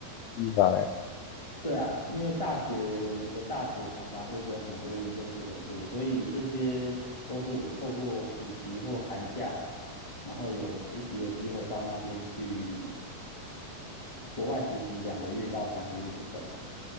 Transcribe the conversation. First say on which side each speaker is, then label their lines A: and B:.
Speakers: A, on the left; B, on the left.
A: 的地方哎。
B: 对啊，因为大学，我们的大学常常会跟很多研究室合作，所以这些都是我透过暑期或寒假，然后有实习的机会到那边去国外实习两个月到三个月不等。